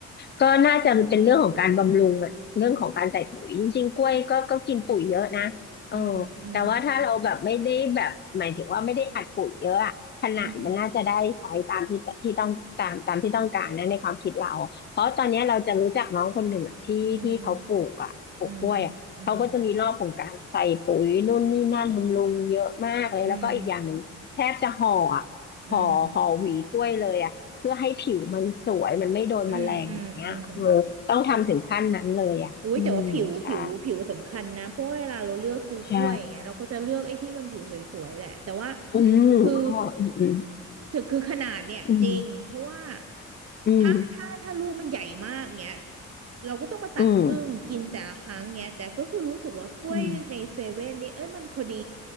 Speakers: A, on the left (about 35°); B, on the right (about 55°).
A: ก็น่าจะเป็นเรื่องของการบำรุงอะเรื่องของการใส่ปุ๋ยจริงๆกล้วยก็ก็กินปุ๋ยเยอะนะเออ
B: อืมอืม
A: แต่ว่าถ้าเราแบบไม่ได้แบบหมายถึงว่าไม่ได้อัดปุ๋ยเยอะอะขนาดมันน่าจะได้ใช้ตามที่ที่ต้องตามตามที่ต้องการนะในความคิดเราเพราะตอนเนี้ยเราจะรู้จักน้องคนหนึ่งอะที่ที่เขาปลูกอะปลูกกล้วยอะเขาก็จะมีรอบของการใส่ปุ๋ยนู่นนี่นั่นบำรุงเยอะมากเลยแล้วก็อีกอย่างหนึ่งแทบจะห่ออะห่อห่อหวีกล้วยเลยอะ
B: อืมอืมอืมอืมอืมอืม
A: เพื่อให้ผิวมันสวยมันไม่โดนแมลงอย่างเงี้ยเออต้องทำถึงขั้นนั้นเลยอ่ะอืมใช่
B: อืมอืมอืม อุ้ยแต่ว่าผิวผิวผิวสำคัญนะเพราะว่าเวลาเราเลือกซื้อกล้วยอย่างเงี้ยเราก็จะเลือกไอ้ที่มันผิวสวยๆแหละแต่ว่า
A: ใช่อืมอ๋ออืม
B: คือถึงคือขนาดเนี่ยจริงเพราะว่า
A: อืมอืม
B: ถ้าถ้าถ้าลูกมันใหญ่มากเงี้ยเราก็ต้องมาตัดครึ่งกินแต่ละครั้งเงี้ยแต่ก็คือรู้สึกว่ากล้วยในเซเว่นนี่เอ้ยมันพอดี
A: อืมอืมอืม